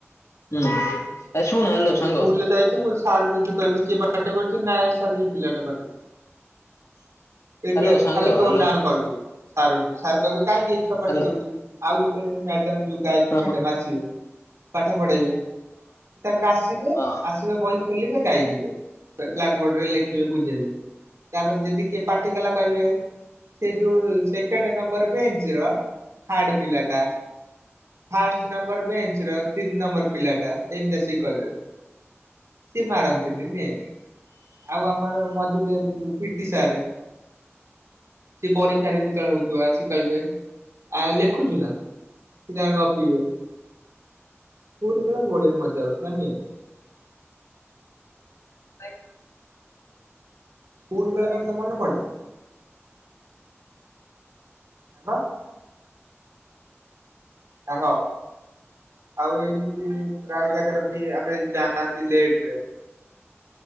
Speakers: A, on the left; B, on the right.
A: ହୁଁ। ଏ ଶୁଣ ହ୍ୟାଲୋ ସାଙ୍ଗ
B: ସ୍କୁଲରେ ଯାଇଥିବୁ ସାର୍ ଯଦି କହିବେ କିଏ ପାଟି କରୁଚି ନା ଆଜ୍ଞା ସାରେ ଏଇ ପିଲାଟା ପାଟି କରୁଚି ଏବେ
A: ହ୍ୟାଲୋ ସାଙ୍ଗ
B: ଖାଲି ତୋ
A: ହ୍ୟାଲୋ
B: ନାଁ ଆମେ କହିଦୋବୁ ସାରଙ୍କୁ ସାର୍ କହିବେ କାହିଁକି ଏଇ ଛୁଆ ପାଟି
A: ହ୍ୟାଲୋ
B: କରୁଚି ଆଉ ଗୋଟେ ମ୍ୟାଡାମ ଯୋଉ ଗାୟତ୍ରୀ
A: ହଁ
B: ମ୍ୟାଡାମ
A: ହଁ
B: ଆସିବେ ପାଠ ପଢେଇବେ। ତାଙ୍କର ଆସିବେ
A: ହଁ
B: ଆସିବେ ବହି ଖୋଲିବେ ଗାଇଯିବେ ବେ-ବ୍ଲାକ୍ ବୋର୍ଡରେ ଲେଖିବେ ବୁଝେଇବେ। ତାପରେ ଯଦି କିଏ ପାଟି କଲା କହିବେ ସେ ଯୋଉ ସେକେଣ୍ଡ ନମ୍ବର ବେଞ୍ଚର ଥାର୍ଡ ପିଲାଟା। ଫାଷ୍ଟ ନମ୍ବର ବେଞ୍ଚର ତିନି ନମ୍ବର ପିଲାଟା ଏମତି ଆସିକି କହିବେ। ସିଏ ମାରନ୍ତିନି ନିହେଁ। ଆଉ ଆମର ମଝିରେ ଜିଏ ଯୋଉ ପିଟି ସରେ ସିଏ ପରୀକ୍ଷାରେ ଯେତେବେଳେ ହୋଉଥିବ ଆସିକି କହିବେ ଆ ଲେଖୁଚୁ ନା। ସିଏ ତାଙ୍କର ଗପିବେ ସ୍କୁଲ ବେଳେ ବଢିଆ ମଜା ହୋଉଥୁଲା ନୁହେଁ।
A: ଭାଇ
B: ସ୍କୁଲବେଳ କଥା ମନେ ପଡେ ନା? ନା ତ। ସାଙ୍ଗ। ଆଉ ଏମିତି ପ୍ରାୟ ଜାଗାରେ ବି ଆମେ ଯାଆନ୍ତି ଲେଟରେ।